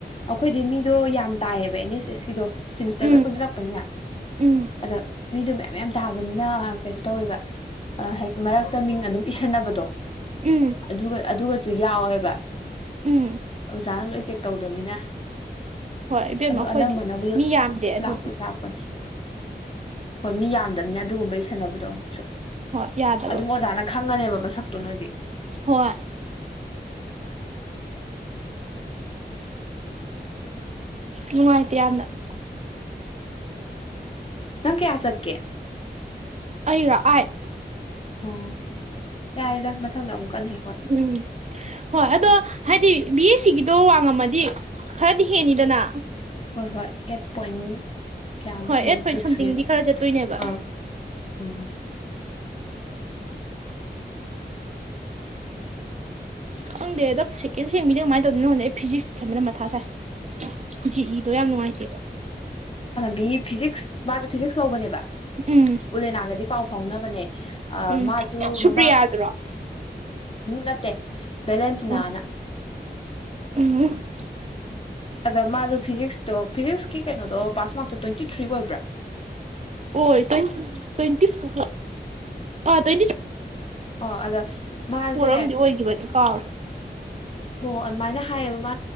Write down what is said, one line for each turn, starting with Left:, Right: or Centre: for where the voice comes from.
Left: ꯑꯩꯈꯣꯏꯗꯤ ꯃꯤꯗꯣ ꯌꯥꯝ ꯇꯥꯏꯌꯦꯕ ꯑꯦꯟ ꯑꯦ ꯑꯦꯁꯀꯤꯗꯣ ꯁꯤꯃꯤꯁꯇꯔ
Right: ꯎꯝ
Left: ꯂꯣꯏ ꯄꯨꯟꯁꯤꯜꯂꯛꯄꯅꯤꯅ
Right: ꯎꯝ
Left: ꯑꯗ ꯃꯤꯗꯣ ꯃꯌꯥꯝ ꯌꯥꯝ ꯇꯥꯕ ꯇꯔꯛꯄꯅꯤꯅ ꯀꯩꯅꯣ ꯇꯧꯋꯦꯕ ꯍꯥꯏ ꯃꯔꯛꯇ ꯃꯤꯡ ꯑꯗꯨꯝ ꯄꯤꯁꯟꯅꯕꯗꯣ
Right: ꯎꯝ
Left: ꯑꯗꯨꯒ ꯑꯗꯨꯒꯁꯨ ꯌꯥꯎꯋꯦꯕ
Right: ꯎꯝ
Left: ꯑꯣꯖꯥꯅ ꯂꯣꯏ ꯆꯦꯛ ꯇꯧꯗꯃꯤꯅ
Right: ꯍꯣꯏ ꯏꯕꯦꯝꯃ
Left: ꯑꯗꯣ
Right: ꯑꯩꯈꯣꯏꯗꯤ
Left: ꯑꯅꯝꯕꯅꯕꯨ
Right: ꯃꯤ ꯌꯥꯝꯗꯦ ꯑꯗꯨꯝ
Left: ꯂꯥꯛꯄ ꯂꯥꯛꯄꯅꯦ ꯍꯣꯏ ꯃꯤ ꯌꯥꯝꯗꯅꯤꯅ ꯑꯗꯨꯒꯨꯝꯕ ꯏꯁꯟꯅꯅꯕꯗꯣ ꯑꯃꯨꯛꯁꯨ
Right: ꯍꯣꯏ ꯌꯥꯗꯕ
Left: ꯑꯗꯨꯝ ꯑꯣꯖꯥꯅ ꯈꯪꯉꯅꯦꯕ ꯃꯁꯛ ꯗꯨ ꯅꯣꯏꯗꯤ
Right: ꯍꯣꯏ ꯅꯨꯡꯉꯥꯏꯇꯦ ꯌꯥꯝꯅ <inaudible>
Left: ꯅꯪ ꯀꯌꯥ ꯆꯠꯀꯦ
Right: ꯑꯩꯔꯣ ꯑꯥꯏꯠ
Left: ꯑꯣ ꯌꯥꯔꯦꯗ ꯃꯊꯪꯗ ꯑꯃꯨꯛ ꯀꯟꯅ ꯍꯦꯛ ꯍꯣꯠꯅꯧ
Right: ꯎꯝ ꯍꯣꯏ ꯑꯗꯣ ꯍꯥꯏꯗꯤ ꯕꯤ ꯑꯦꯁ ꯁꯤꯒꯤꯗꯣ ꯋꯥꯡꯉꯝꯃꯗꯤ ꯈꯔꯗꯤ ꯍꯦꯟꯅꯤꯗꯅ
Left: ꯍꯣꯏ ꯍꯣꯏ ꯑꯦꯠ ꯄꯣꯏꯟ ꯀꯌꯥꯃꯨꯛ
Right: ꯍꯣꯏ
Left: ꯑꯣꯏꯅꯤ
Right: ꯑꯦꯠ ꯐꯣꯏꯠ
Left: ꯇꯨ
Right: ꯁꯝꯊꯤꯡꯗꯤ
Left: ꯊ꯭ꯔꯤꯗ
Right: ꯈꯔ ꯆꯠꯇꯣꯏꯅꯦꯕ
Left: ꯑꯥ ꯎꯝ
Right: ꯈꯪꯗꯦ ꯑꯗꯣ ꯁꯦꯀꯦꯟ ꯁꯦꯡꯒꯤꯗꯤꯅꯦ ꯀꯃꯥꯏꯅ ꯇꯧꯗꯅꯣ ꯈꯪꯟꯗ ꯑꯩ ꯐꯤꯖꯤꯛꯁ ꯈꯟꯕꯅ ꯃꯊꯥ ꯁꯥꯏ ꯖꯤ ꯏꯗꯣ ꯌꯥꯝ ꯅꯨꯡꯉꯥꯏꯇꯦꯕ
Left: ꯕꯤꯑꯦ ꯐꯤꯖꯤꯛꯁ ꯃꯥꯁꯨ ꯐꯤꯖꯤꯛꯁ ꯂꯧꯕꯅꯦꯕ
Right: ꯎꯝ
Left: ꯎꯜꯂꯦ ꯅꯥꯒꯗꯤ ꯄꯥꯎ ꯐꯥꯎꯅꯕꯅꯦ ꯑꯥ
Right: ꯎꯝ
Left: ꯃꯥꯁꯨ
Right: ꯁꯨꯄ꯭ꯔꯤꯌꯥꯗꯨꯔꯣ
Left: ꯃꯃꯥꯡ ꯅꯠꯇꯦ ꯕꯦꯂꯦꯟꯇꯤꯟꯅ
Right: ꯎꯝ ꯎꯝ
Left: ꯑꯗ ꯃꯥꯁꯨꯣ ꯐꯤꯖꯤꯛꯁꯇꯣ ꯐꯤꯖꯤꯛꯁꯀꯤ ꯀꯩꯅꯣꯗꯣ ꯄꯥꯁ ꯃꯥꯔꯛꯇꯣ ꯇ꯭ꯋꯦꯟꯇꯤ ꯊ꯭ꯔꯤ ꯑꯣꯏꯕ꯭ꯔꯥ
Right: ꯑꯣꯏ ꯇ꯭ꯋꯦꯟ ꯇ꯭ꯋꯦꯟꯇꯤ ꯐꯣꯔ ꯑꯥ ꯇ꯭ꯋꯦꯟꯇꯤꯁꯤ
Left: ꯑꯣ ꯑꯗ ꯃꯥꯁꯦ
Right: ꯑꯃꯗꯤ ꯑꯣꯏꯈꯤꯕꯅꯤ ꯀꯥꯎꯔꯦ
Left: ꯍꯣ ꯑꯗꯨꯃꯥꯏꯅ ꯍꯥꯏꯕ